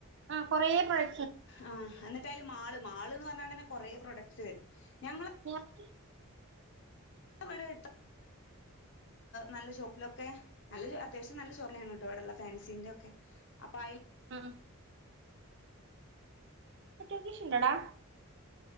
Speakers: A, on the right; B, on the left.
A: ആ കൊറെേ പ്രോ-
B: ആ എന്നിട്ടയില് മാള് മാൾന്ന് പറഞ്ഞത്തന്നെ കൊറ പ്രൊഡക് സ് വരും ഞങ്ങള
A: <unintelligible>
B: ഇവിടെ് നല്ല ഷോപ്പിലൊക്കെ നല്ല അത്യാവശ്യം നല്ല ഷോറ്നൊണ്. ടള്ള ഫാൻസിന്റെക്കെ അപ്പൊ അയി
A: ആഹ് തോട്ടൊക്കി ഷിന്തെടാ